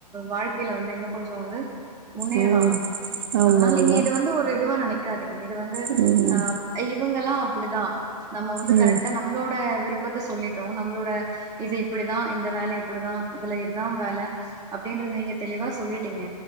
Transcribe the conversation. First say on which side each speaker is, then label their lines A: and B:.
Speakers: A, on the right; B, on the right.
A: வாழ்க்கையில வந்து இன்னோ கொஞ்சோ வந்து முன்னேறுவாங்க
B: ம் ஆமா
A: அதனால நீங்க
B: ஆமா
A: இது வந்து ஒரு இதுவா நெனைக்காதீங்க இது வந்து
B: ம்
A: அ இவங்குளா அப்டிதா நம்ம வந்து
B: ம்
A: கரெக்ட்டா நம்பளோட விருப்பத்த சொல்லிட்டோ நம்பளோட இது இப்டிதா இந்த வேல இப்டிதா இதுல இதான் வேல அப்டின்றது நீங்க தெளிவா சொல்லிட்டீங்க